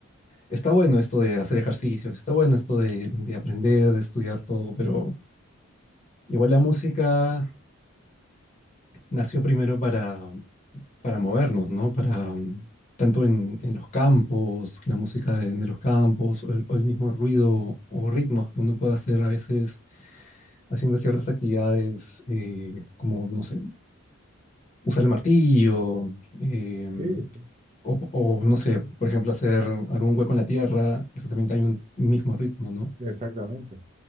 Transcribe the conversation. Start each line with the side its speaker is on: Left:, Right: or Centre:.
Left: está bueno esto de hacer ejercicios, está bueno esto de, de aprender, de estudiar todo, pero igual la música nació primero para, para movernos, ¿no? Para mm, tanto en, en los campos, la música de, de los campos, o el, o el mismo ruido o ritmos que uno puede hacer a veces haciendo ciertas actividades, eh, como, no sé, usar el martillo, em,
Right: Sí, sí,
Left: o, o, no sé, por ejemplo, hacer algún hueco en la tierra, eso también hay un mismo ritmo, ¿no?
Right: exactamente.